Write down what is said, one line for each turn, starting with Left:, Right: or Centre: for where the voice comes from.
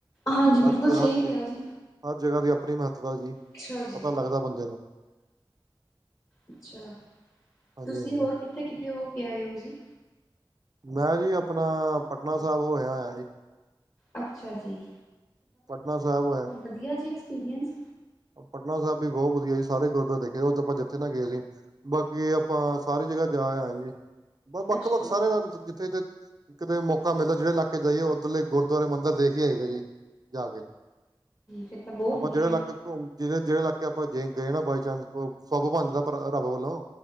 Left: ਹਾਂਜੀ ਬਿਲਕੁਲ
Right: ਹਰ ਚੀ
Left: ਸਹੀ
Right: ਹਰ
Left: ਕਿਹਾ
Right: ਚ
Left: ਜੀ
Right: ਹਰ ਜਗ੍ਹਾ ਦੀ ਆਪਣੀ ਮਹੱਤਵਤਾ ਜੀ
Left: ਅੱਛਾ ਜੀ
Right: ਪਤਾ ਲੱਗਦਾ ਬੰਦਾ
Left: ਅੱਛਾ
Right: ਹਾਂਜੀ
Left: ਤੁਸੀਂ
Right: ਹਾਂਜੀ
Left: ਹੋਰ ਕਿੱਥੇ ਕਿੱਥੇ ਹੋ ਕੇ ਆਏ ਹੋ ਜੀ।
Right: ਮੈਂ ਜੀ ਆਪਣਾ ਪਟਨਾ ਸਾਹਿਬ ਹੋਇਆ ਹੋਇਆ ਜੀ
Left: ਅੱਛਾ ਜੀ,
Right: ਪਟਨਾ ਸਾਹਿਬ ਹੋਇਆ।
Left: ਵਧੀਆ ਜੀ ਐਕਸਪੀਰੀਅੰਸ।
Right: ਪਟਨਾ ਸਾਹਿਬ ਵੀ ਬਹੁਤ ਵਧੀਆ ਜੀ ਸਾਰੇ ਗੁਰੂਦੁਆਰੇ ਦੇਖੇ ਉਹ ਤਾਂ ਆਪਾਂ ਜਿੱਥੇ ਨਾਲ ਗਏ ਸੀ। ਬਾਕੀ ਆਪਾਂ ਸਾਰੀ ਜਗ੍ਹਾ ਜਾ ਆਏ ਜੀ ਵੱਖ
Left: ਅੱਛਾ,
Right: ਵੱਖ ਸਾਰੇ ਜਿੱਥੇ ਜਿੱਥੇ ਕਿਤੇ ਮੌਕਾ ਮਿਲਦਾ ਜਿਹੜੇ ਇਲਾਕੇ ਜਾਈਏ ਉੱਧਰਲੇ ਗੁਰੂਦੁਆਰੇ ਮੰਦਿਰ ਦੇਖ ਹੀ ਆਈਦੇ ਜੀ ਜਾ ਕੇ।
Left: ਫਿਰ ਤਾਂ ਬਹੁੱਤ
Right: ਆਪਾਂ
Left: ਵਧੀਆ
Right: ਜਿਹੜੇ ਇਲਾਕੇ ਜਿਹੜੇ ਇਲਾਕੇ ਆਪਾਂ ਜੇ ਗਏ ਨਾ ਬਾਈ ਚਾਂਸ ਸੱਬ ਬਣਜਾਂਦਾਂ ਰੱਬ ਵੱਲੋਂ।